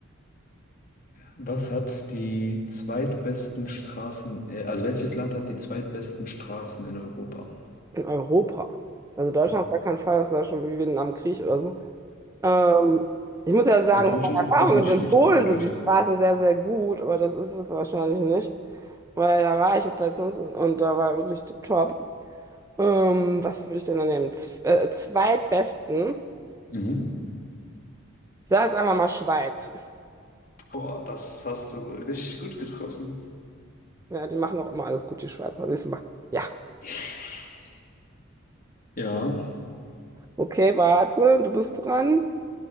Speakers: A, on the left; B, on the right.
A: was hat die zweitbesten Straßen, äh, also welches Land hat die zweitbesten Straßen in Europa?
B: Okay. In Europa. Also Deutschland
A: Mhm.
B: auf gar keinen Fall, das war schon wie Vietnam am Krieg oder so. Ähm, ich muss ja sagen,
A: Und Deutschland
B: von meiner
A: ist
B: Erfahrung
A: auch nicht
B: ist, in
A: schlecht,
B: Polen
A: aber Deutschland
B: sind die Straßen
A: ist.
B: sehr, sehr gut, aber das ist es wahrscheinlich nicht. Weil da war ich jetzt letztens und, und da war wirklich tipptopp. Ähm, was würde ich denn da nehmen? Z äh, zweitbesten.
A: Mhm.
B: Ich sage jetzt einfach mal Schweiz.
A: Boah, das hast du richtig gut getroffen.
B: Ja, die machen auch immer alles gut, die Schweizer. Siehst du mal. Ja.
A: <laughs> Ja.
B: Okay, warte, du bist dran.